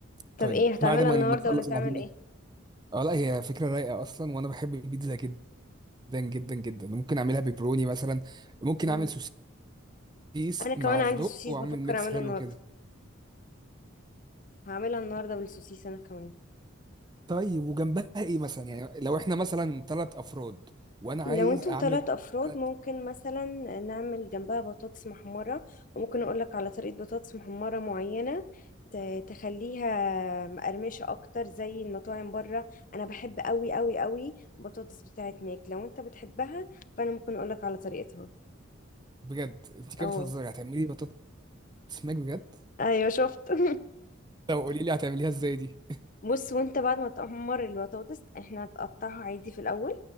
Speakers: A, on the left (about 40°); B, on the right (about 20°).
A: طب
B: طيب
A: ايه هتعملها
B: بعد ما
A: النهاردة
B: نخلص
A: ولا هتعمل
B: العجينة
A: ايه
B: اه لا هي فكرة رايقة اصلا وانا بحب البيتزا جدا جدا جدا ممكن اعملها بيبروني مثلا ممكن
A: مم.
B: اعمل سوسيس
A: انا كمان
B: مع
A: عندي
B: صدق
A: سوسيس
B: واعمل
A: بفكر
B: ميكس
A: اعمله
B: حلو
A: النهاردة
B: كده
A: هعملها النهاردة بالسوسيس أنا كمان
B: طيب وجنبها ايه مثلا يعني لو احنا مثلا ثلاث افراد وانا عايز
A: لو انتوا
B: اعمل
A: ثلاث أفراد
B: تلات
A: ممكن مثلا نعمل جنبها بطاطس محمرة وممكن أقولك على طريقة بطاطس محمرة معينة ت- تخليها مقرمشة أكتر زي المطاعم بره أنا بحب أوي أوي أوي بطاطس بتاعت ماك لو انت بتحبها فأنا ممكن أقولك على طريقتها
B: بجد انت كده
A: اه
B: بتهزري هتعملي اسماك بجد
A: أيوة شفت <laughs>
B: طب قولي لي هتعمليها ازاي دي
A: بص وانت بعد ما تحمر البطاطس احنا هتقطعها عادي في الاول